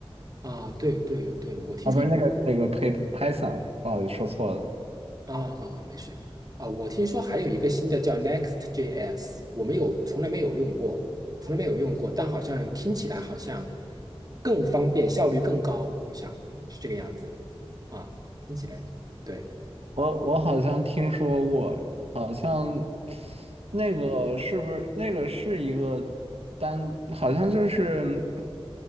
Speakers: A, on the right; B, on the right.
A: 啊，对对对，我听说。
B: 啊不是那个那个配 Python，不好意思说错了。
A: 啊啊，啊没事啊。我听说还有一个新的叫 Next.js，我没有，从来没有用过，从来没有用过，但好像听起来好像更方便，效率更高，好像是这个样子啊。听起来对，
B: 我我好像听说过，好像那个是不是那个是一个单，好像就是